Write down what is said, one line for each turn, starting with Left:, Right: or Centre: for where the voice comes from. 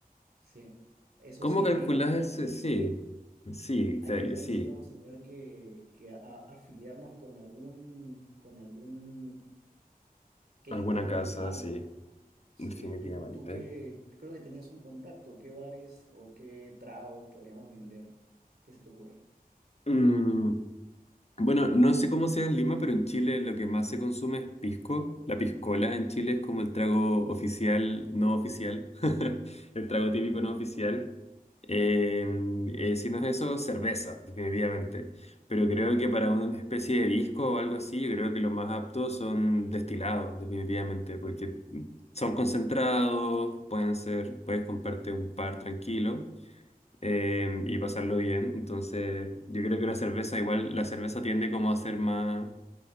Right: Sí, Eso
Left: ¿Cómo
Right: sí,
Left: calculas
Right: ahí vamos
Left: el...
Right: a tener
Left: se- Sí,
Right: que,
Left: sí,
Right: ahí,
Left: te-
Right: ahí
Left: sí.
Right: sí vamos a tener que, que a- a- afiliarnos con algún, con algún catering
Left: Alguna casa,
Right: de barman.
Left: sí,
Right: Sí,
Left: definitivamente.
Right: tú, tú que creo que tenías un contacto, ¿qué bares o qué tragos podríamos vender? ¿Qué se te ocurre?
Left: Mm, Bueno, no sé cómo sea en Lima, pero en Chile lo que más se consume es pisco. La piscola en Chile es como el trago oficial, no oficial, <laughs> el trago típico no oficial. Eh, eh, si no es eso, cerveza, definitivamente. Pero creo que para una especie de disco o algo así, yo creo que lo más apto son destilados, definitivamente, porque son concentrados, pueden ser, puedes comprarte un par tranquilo eh, y pasarlo bien. Entonces, yo creo que una cerveza, igual la cerveza tiende como a ser más,